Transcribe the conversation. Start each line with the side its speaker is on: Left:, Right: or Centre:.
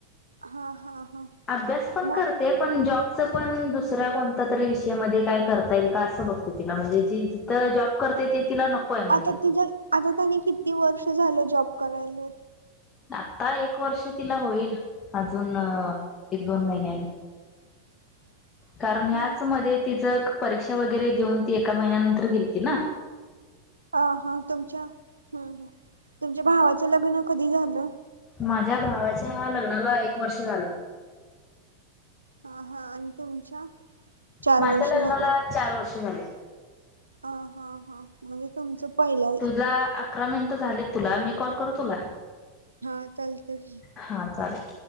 Right: हा हा हा
Left: आभ्यास पण
Right: मग
Left: करते. पण जॉबचं पण दुसऱ्या कोणत्या तरी विषयामध्ये काय करता येईल का असं बघत तिला म्हणजे जी जिथं जॉब. करते ते तिला. आहे म्हणजे
Right: आता तिच्या आता केनी किती वर्ष झालं जॉब करायला.
Left: आत्ता एक वर्ष तिला होईल अजून एक दोन महिन्याने.
Right: <inaudible>
Left: कारण ह्याच
Right: हा
Left: मध्ये तिच परीक्षा वगैरे देऊन ती एका महिन्यानंतर गेलती ना.
Right: हां हां तुमच्या हम्म हम्म तुमच्या भावाचं लग्न कधी झालं?
Left: माझ्या भावाच्या लग्नाला एक वर्ष झालं.
Right: हां हां आणि तुमच्या? चार
Left: माझ्या
Right: वर्ष
Left: लग्नाला
Right: झाले
Left: चार वर्षे झाले.
Right: अं हां हां हां म्हणजे तुमचं पहिलं आहे.
Left: आत्ता अक अकरा मिनिटं झालेत तुला मी कॉल करू तुला?
Right: हां चालतं की.
Left: हां चालेल.